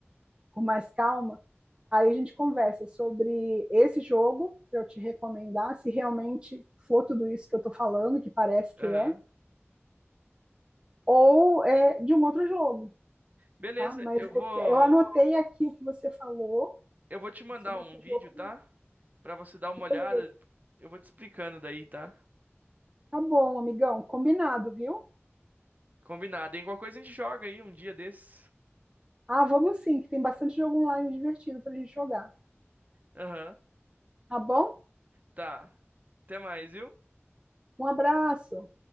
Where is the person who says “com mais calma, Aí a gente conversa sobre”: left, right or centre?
Right